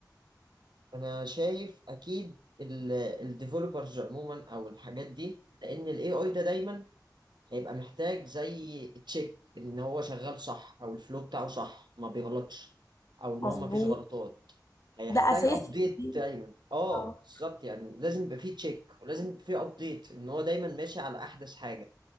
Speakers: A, on the right (about 80°); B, on the left (about 50°).
A: انا شايف اكيد الديفلوبرز عموما او الحاجات دي لان الاي اي ده دا دايما هيبقى محتاج زي تشيك ان هو شغال صح او الفلو بتاعه صح ما بيغلطش او ان
B: مظبوط
A: هو ما فيش غلطات هيحتاج
B: ده أساسي
A: ابديت
B: دي
A: دايما اه
B: آه.
A: بالظبط يعني لازم يبقى فيه تشيك ولازم يبقى فيه ابديت ان هو دايما ماشي على احدث حاجه